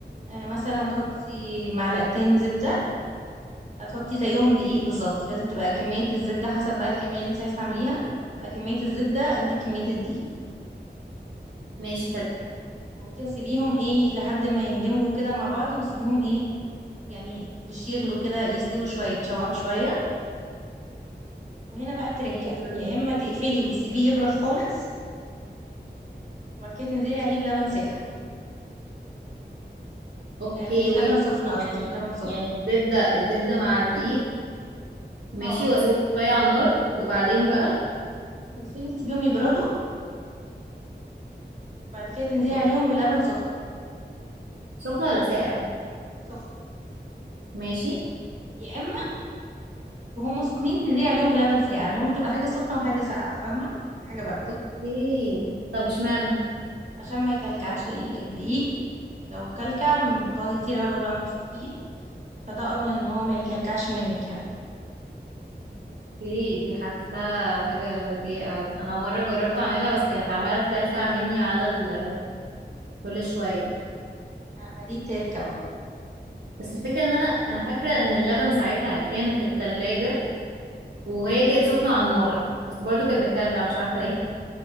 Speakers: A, on the right (about 40°); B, on the right (about 85°).
A: آه، مثلا هتحطي معلقتين زبدة هتحطي زيهم دقيق
B: <laughs>
A: بالظبط لازم تبقى كمية الزبدة حسب بقى الكمية اللي انت عايز تعمليها تبقى كمية الزبدة قد كمية الدقيق
B: ماشي حلو
A: وبعد كده سيبيهم ايه لحد ما يندمجوا كده مع بعض وسيبيهم ايه يعني مش يغلوا كده يستووا شوية يتشوحوا شوية وهنا بقى التركة
B: ماشي وبعدين
A: يا اما تقفلي وتسيبيه يبرد خالص وبعد كده تنزلي عليه بلبن ساقع
B: اوكي
A: آه بلبن
B: ويت
A: سخن قصدي
B: يعني
A: بلبن سخن
B: يعني الزبدة الزبدة مع الدقيق ماشي
A: اه
B: واسيبه شوية على النار وبعدين بقى
A: تقفلي تسيبيهم يبردوا بعد كده تنزلي
B: أوك-
A: عليهم بلبن سخن
B: سخن ولا ساقع
A: سخن
B: ماشي
A: يا اما وهم سخنين تنزلي عليهم بلبن ساقع المهم تبقى حاجة سخنة وحاجة ساقعة فاهمة حاجة بارده
B: اوكي طب اشمعنى
A: عشان ما يكلكعش ال- الدقيق لو كلكع م- تقعدي كتير قبل بقى ما تفكيه فده اضمن ان هو ما يكلكعش منك يعني
B: اوكي دي حاساها حاجة ذكية قوي انا مرة جربت اعملها بس كانت عمالة تكلكع مني على ال... كل شوية
A: آه، ما دي التركه بقى
B: بس الفكرة ان انا انا فاكرة ان اللبن ساعتها كان في التلاجة وهي كانت سخنة على النار بس برضو كانت بتكلكع مش عارفة ليه